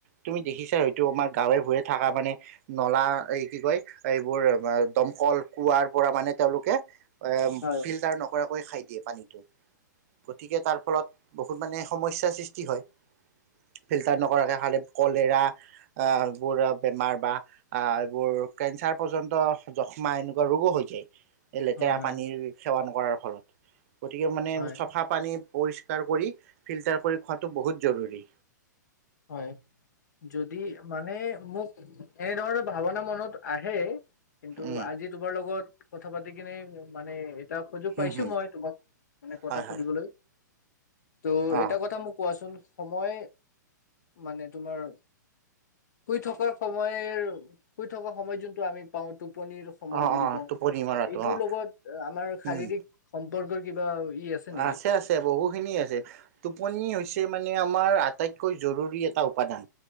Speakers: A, on the right (about 45°); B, on the left (about 65°).
A: তুমি দেখিছা হয়টো আমাৰ গাঁৱে ভূৱে থকা মানে নলা এই কি কয় এইবোৰ দমকল কৱাৰ পৰা মানে তেওঁলোকে এ
B: হয়
A: ফিল্টাৰ নকৰাক কৈ খাই দিয়ে পানীটো গতিকে তাৰ ফলত বহুত মানে সমস্যাৰ সৃষ্টি হয় ফিল্টাৰ নকৰাকে খালে কলেৰা এইবোৰ বেমাৰ বা এইবোৰ কেঞ্চাৰ পৰ্যন্ত যক্ষ্মা এনেকুৱা ৰোগো হৈ যায় এই লেতেৰা
B: হয় হয়
A: পানীৰ সেৱা নক কৰাৰ ফলত গতিকে মানে
B: হয়
A: চাফা পানী পৰিষ্কাৰ কৰি ফিল্টাৰ কৰি খোৱাটো বহুত জৰুৰী
B: হয় যদি মানে মোক এনেধৰণৰ ভাৱনা মনত আহে কিন্তু
A: উম
B: আজি তোমাৰ লগত কথা পাতি কিনে মানে এটা সুযোগ
A: হম
B: পাইছো
A: হম
B: মই তোমাক মানে পতা
A: হয় হয়
B: সুধিবলৈ তো
A: অ
B: এটা কথা মোক কোৱাচোন সময় মানে তোমাৰ শুই থকা সময়ৰ শুই থকা সময় যোনটো আমি পাওঁ তো টোপনিৰ সময়
A: অ
B: বুলি
A: অ
B: কওঁ
A: টোপনি মৰাটো
B: এইটোৰ
A: অ
B: লগত আমাৰ শাৰীৰিক
A: উম
B: সম বৰ কিবা ই নেকি?
A: আছে আছে বহুখিনি আছে টোপনি হৈছে মানে আমাৰ আটাইতকৈ জৰুৰী এটা উপাদান